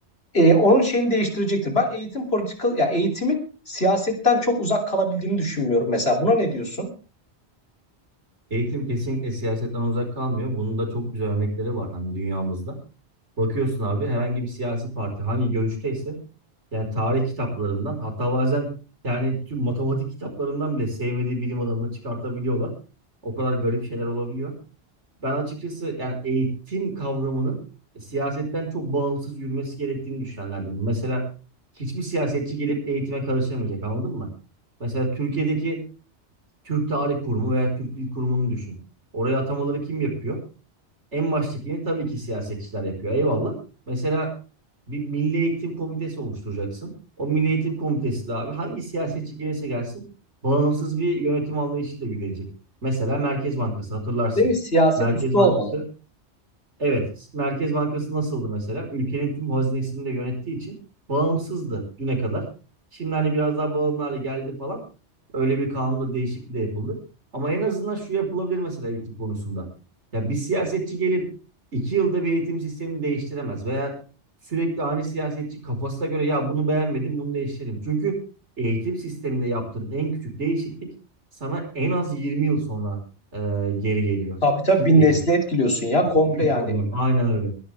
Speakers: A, on the left; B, on the right.
A: e, onun şeyini değiştirecektir. Ben eğitim politika, yani eğitimin siyasetten çok uzak kalabildiğini düşünmüyorum mesela. Buna ne diyorsun?
B: Eğitim kesinlikle siyasetten uzak kalmıyor. Bunun da çok güzel örnekleri var hani dünyamızda. Bakıyorsun abi herhangi bir siyasi parti hangi görüşteyse yani tarih kitaplarından hatta bazen yani tüm matematik kitaplarından bile sevmediği bilim adamını çıkartabiliyorlar. O kadar garip şeyler olabiliyor. Ben açıkçası yani eğitim kavramının siyasetten çok bağımsız yürümesi gerektiğini düşünenlerdenim. Mesela hiçbir siyasetçi gelip eğitime karışamayacak anladın mı? Mesela Türkiye'deki Türk Tarih Kurumu veya Türk Dil Kurumu'nu düşün. Oraya atamaları kim yapıyor? En baştakini tabii ki siyasetçiler yapıyor. Eyvallah. Mesela bir Milli Eğitim Komitesi oluşturacaksın. O Milli Eğitim Komitesi de abi hangi siyasetçi gelirse gelsin bağımsız bir yönetim anlayışıyla yürüyecek. Mesela Merkez Bankası hatırlarsın.
A: Değil mi? Siyaset
B: Merkez
A: üstü
B: Bankası
A: olmalı.
B: Evet, Merkez Bankası nasıldı mesela? Ülkenin tüm hazinesini de yönettiği için bağımsızdı düne kadar. Şimdi hani biraz daha bağımlı hale geldi falan. Öyle bir kanunda değişiklik de yapıldı. Ama en azından şu yapılabilir mesela eğitim konusunda. Ya bir siyasetçi gelip iki yılda bir eğitim sistemini değiştiremez veya sürekli aynı siyasetçi kafasına göre ya bunu beğenmedim bunu değiştirelim. Çünkü eğitim sisteminde yaptığın en küçük değişiklik sana en az 20 yıl sonra e, geri geliyor
A: Tabii tabii
B: feedback'i.
A: bir nesli etkiliyorsun ya
B: Çok
A: komple
B: büyük
A: yani
B: problem. Aynen öyle.